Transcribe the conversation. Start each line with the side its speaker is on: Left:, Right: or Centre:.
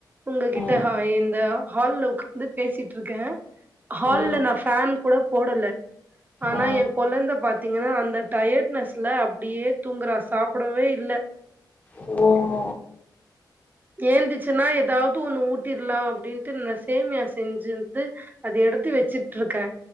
Right: உங்ககிட்ட
Left: ஆ
Right: ஹாய் இந்த ஹாய் ஹால்ல வந்து பேசிட்டுருக்கே ஹால்ல
Left: ஆ
Right: நா ஃபேன் கூட போடல ஆனா
Left: ஆ
Right: எ கொழந்த பா பாத்தீங்கன்னா அந்த டயர்ட்னஸ்ல அப்டியே தூங்குறா சாப்டவே இல்ல
Left: ஓ
Right: ஏந்துச்சுன்னா எதாவ்து ஒண்ணு ஊட்டிலா அப்டின்ட்டு இந்த சேமியா செஞ்சிந்து அது எடுத்து வெச்சிட்டுருக்கே